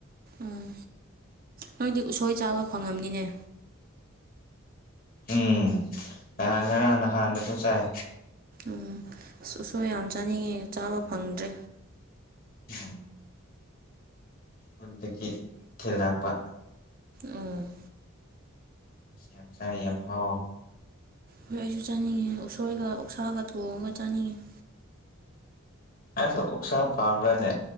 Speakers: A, on the right; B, on the left.
A: ꯎꯝ ꯅꯣꯏꯗꯤ ꯎꯁꯣꯏ ꯆꯥꯕ ꯐꯪꯉꯝꯅꯤꯅꯦ
B: ꯎꯝ ꯉꯍꯥꯡ ꯉꯔꯥꯡꯅ ꯍꯥꯟꯅꯁꯨ ꯆꯥꯏ
A: ꯎꯝ ꯁꯁ ꯌꯥꯝ ꯆꯥꯅꯤꯡꯉꯦ ꯆꯥꯕ ꯐꯪꯗ꯭ꯔꯦ
B: ꯎꯝ ꯍꯠꯗꯒꯤ ꯊꯂꯄ
A: ꯎꯝ
B: ꯌꯥꯝ ꯁ ꯌꯥꯝ ꯍꯥꯎ
A: ꯍꯣꯏ ꯑꯩꯁꯨ ꯆꯥꯅꯤꯡꯉꯦ ꯎꯁꯣꯏꯒ ꯎꯛꯁꯥꯒ ꯊꯣꯡꯉꯒ ꯆꯥꯅꯤꯡꯉꯦ
B: ꯑ ꯎ ꯎꯆꯁꯥ ꯄꯥꯝꯃꯦꯅꯦ